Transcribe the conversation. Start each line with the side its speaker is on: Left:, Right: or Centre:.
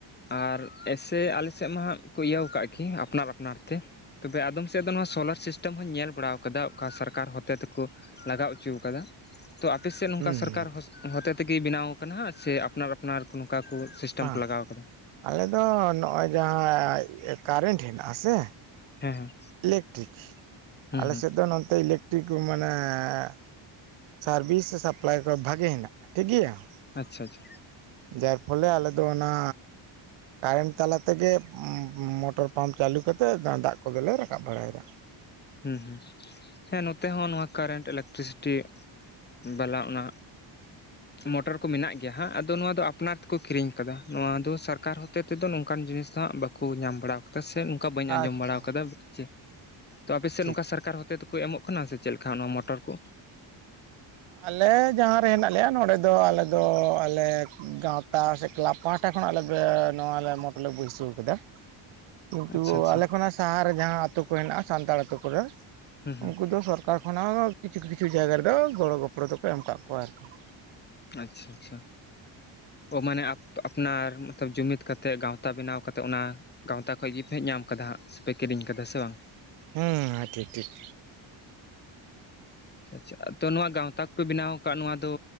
Left: ᱟᱨ ᱮᱥᱮ ᱟᱞᱮ ᱥᱮᱫ ᱢᱟ ᱦᱟᱸᱜ ᱠᱚ ᱤᱭᱟᱹᱣ ᱠᱟᱜ ᱠᱤ ᱟᱯᱱᱟᱨ ᱟᱯᱱᱟᱨ ᱛᱮ ᱛᱚᱵᱮ ᱟᱫᱚᱢ ᱥᱮᱫ ᱫᱚ ᱱᱚᱣᱟ ᱥᱳᱞᱟᱨ ᱥᱤᱥᱴ <inaudible> ᱦᱚᱧ ᱧᱮᱞ ᱵᱟᱲᱟ ᱟᱠᱟᱫᱟ ᱚᱠᱟ ᱥᱚᱨᱠᱟᱨ ᱦᱚᱛᱮ ᱛᱮᱠᱚ ᱞᱟᱜᱟᱣ ᱦᱚᱪᱚᱣ ᱠᱟᱫᱟ, ᱛᱚ ᱟᱯᱮ ᱥᱮᱫ ᱱᱚᱝᱠᱟ
Right: ᱦᱩᱸ
Left: ᱥᱚᱨᱠᱟᱨ ᱦᱚᱛᱮ ᱛᱮᱜᱮ ᱵᱮᱱᱟᱣ ᱠᱟᱱᱟ ᱦᱟᱜ ᱥᱮ ᱟᱯᱱᱟᱨ ᱟᱯᱱᱟᱨ ᱠᱚ ᱱᱚᱝᱠᱟ ᱠᱚ ᱥᱤᱥᱴᱮᱢ
Right: ᱵᱟᱝ
Left: ᱠᱚ ᱞᱟᱜᱟᱣ ᱠᱟᱫᱟ?
Right: ᱟᱞᱮ ᱫᱚ ᱱᱚᱜ-ᱚᱭ ᱡᱟᱦᱟᱸ ᱮᱸ ᱠᱟᱨᱮᱱᱴ ᱦᱮᱱᱟᱜ ᱟᱥᱮ
Left: ᱦᱮᱸ ᱦᱮᱸ
Right: ᱤᱞᱮᱠᱴᱨᱤᱠ
Left: ᱦᱩᱸ
Right: ᱟᱞᱮ
Left: ᱦᱩᱸ
Right: ᱥᱮᱫ ᱫᱚ ᱱᱚᱛᱮ ᱤᱞᱮᱠ ᱴᱨᱤᱠ ᱢᱟᱱᱮ ᱮᱸᱻ ᱥᱟᱨᱵᱷᱤᱥ ᱥᱮ ᱥᱟᱯᱞᱟᱭ ᱠᱚ ᱵᱷᱟᱜᱮ ᱦᱮᱱᱟᱜᱼᱟ ᱴᱷᱤᱠ ᱜᱮᱭᱟ ᱾
Left: ᱟᱪᱪᱷᱟ ᱟᱪᱷᱟ᱾
Right: ᱡᱟᱨ ᱯᱷᱚᱞᱮ ᱟᱞᱮ ᱫᱚ ᱚᱱᱟ ᱠᱟᱨᱮᱱᱴ ᱛᱟᱞᱟ ᱛᱮᱜᱮ ᱢᱚ ᱢᱚᱴᱚᱨ ᱯᱟᱢᱯ ᱪᱟᱹᱞᱩ ᱠᱟᱛᱮᱜ ᱫᱟᱜ ᱠᱚᱫᱚᱞᱮ ᱨᱟᱠᱟᱵ ᱵᱟᱲᱟᱭᱫᱟ ᱾
Left: ᱦᱩᱸ ᱦᱩᱸ, ᱦᱮᱸ ᱱᱚᱛᱮ ᱦᱚᱸ ᱱᱚᱣᱟ ᱠᱟᱨᱮᱱᱴ ᱤᱞᱮᱠᱴᱨᱤ ᱥᱤᱴᱤ ᱵᱟᱞᱟ ᱚᱱᱟ ᱢᱚᱴᱚᱨ ᱠᱚ ᱢᱮᱱᱟᱜ ᱜᱮᱭᱟ ᱦᱟᱸᱜ ᱟᱫᱚ ᱱᱚᱣᱟ ᱫᱚ ᱟᱯᱱᱟᱨ ᱛᱮᱠᱚ ᱠᱤᱨᱤᱧ ᱠᱟᱫᱟ, ᱱᱚᱣᱟ ᱫᱚ ᱥᱟᱨᱠᱟᱨ ᱦᱚᱛᱮ ᱛᱮᱫᱚ ᱱᱚᱝᱠᱟᱱ ᱡᱤᱱᱤᱥ ᱫᱚ ᱦᱟᱸᱜ ᱵᱟ ᱠᱩ ᱧᱟᱢ ᱵᱟᱲᱟ ᱟᱠᱟᱫᱟ ᱥᱮ ᱚᱝᱠᱟ ᱵᱟᱹᱧ ᱟᱸᱡᱚᱢ
Right: ᱟᱪᱪᱷᱟ
Left: ᱵᱟᱲᱟ ᱠᱟᱫᱟ ᱡᱮ ᱛᱚ ᱟᱯᱮᱥᱮᱫ
Right: ᱴᱷᱤᱠ
Left: ᱱᱚᱝᱠᱟ ᱥᱚᱨᱠᱟᱨ ᱦᱚᱛᱮ ᱛᱮᱠᱚ ᱮᱢᱚᱜ ᱠᱟᱱᱟ ᱥᱮ ᱪᱮᱫ ᱞᱮᱠᱟ ᱱᱚᱣᱟ ᱢᱚᱴᱚᱨ ᱠᱚ?
Right: ᱟᱞᱮ ᱡᱟᱦᱟᱸ ᱨᱮ ᱦᱮᱸᱱᱟᱜ ᱞᱮᱭᱟ ᱱᱚᱸᱰᱮ ᱫᱚ ᱟᱞᱮ ᱫᱚ ᱟᱞᱮ ᱜᱟᱶᱛᱟ ᱥᱮ ᱠᱞᱟᱵᱽ ᱯᱟᱦᱟᱴᱟ ᱠᱷᱚᱱᱟ ᱟᱞᱮ ᱜᱟᱹ ᱱᱚᱣᱟ ᱞᱮ ᱢᱚᱴ ᱞᱮ ᱵᱟᱹᱭᱥᱟᱹᱣ ᱠᱟᱫᱟ ᱾ ᱠᱤᱱᱛᱩ
Left: ᱟᱪᱪᱷᱟ ᱟᱪᱪᱷᱟ
Right: ᱟᱞᱮ ᱠᱷᱚᱱᱟᱜ ᱥᱟᱦᱟ ᱨᱮ ᱡᱟᱦᱟᱸ ᱟᱛᱩ ᱠᱚ ᱦᱮᱱᱟᱜᱼᱟ ᱥᱟᱱᱛᱟᱲ ᱟᱹᱛᱩ ᱠᱚᱨᱮ
Left: ᱦᱩᱸ ᱦᱩᱸ
Right: ᱩᱱᱠᱩ ᱫᱚ ᱥᱚᱨ ᱠᱟᱨ ᱠᱷᱚᱱᱟᱜ ᱦᱚᱸ ᱠᱤᱪᱷᱩ ᱠᱤᱪᱷᱩ ᱡᱟᱭᱜᱟ ᱨᱮᱫᱚ ᱜᱚᱲᱚ ᱜᱚᱯᱲᱚ ᱫᱚᱠᱚ ᱮᱢ ᱟᱠᱟᱫ ᱠᱚᱣᱟ ᱟᱨᱠᱤ ᱾
Left: ᱟᱪᱪᱷᱟ ᱟᱪᱪᱷᱟ᱾ ᱚ ᱢᱟᱱᱮ ᱟᱯᱱᱟᱨ ᱢᱟᱛᱚᱵ ᱡᱩᱢᱤᱫ ᱠᱟᱛᱮᱫ ᱜᱟᱶᱛᱟ ᱵᱮᱱᱟᱣ ᱠᱟᱛᱮᱫ ᱚᱱᱟ ᱜᱟᱶᱛᱟ ᱠᱷᱚᱡ ᱜᱮᱯᱮ ᱧᱟᱢ ᱟᱠᱟᱫᱟ ᱦᱟᱸᱜ ᱥᱮᱯᱮ ᱠᱤᱨᱤᱧ ᱠᱟᱫᱟ ᱥᱮ ᱵᱟᱝ?
Right: ᱦᱩᱸ ᱴᱷᱤᱠ ᱴᱷᱤᱠ᱾
Left: ᱟᱪᱪᱷᱟ ᱪᱷᱟ ᱛᱚ ᱱᱚᱣᱟ ᱜᱟᱶᱛᱟ ᱠᱚᱯᱮ ᱵᱮᱱᱟᱣ ᱟᱠᱟᱫ ᱱᱚᱣᱟ ᱫᱚ